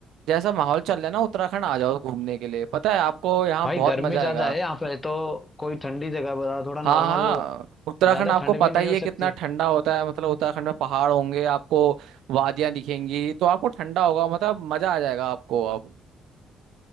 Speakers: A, on the right (about 80°); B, on the left (about 20°).
A: जैसा माहौल चल रहा है ना उत्तराखंड आ जाओ घूमने के लिए पता है आपको यहाँ
B: भाई
A: बहुत
B: गर्मी
A: मजा
B: ज्यादा
A: आएगा
B: है यहाँ पे तो कोई ठंडी जगह बता दो, थोड़ा
A: हाँ
B: नॉर्मल
A: हाँ उत्तराखंड
B: ज्यादा
A: आपको
B: ठंड
A: पता
B: भी नहीं
A: ही
B: हो
A: है कितना
B: सकती
A: ठंडा होता है मतलब उत्तराखंड में पहाड़ होंगे आपको वादियां दिखेंगी तो आपको ठंडा होगा मतलब मजा आ जाएगा आपको अब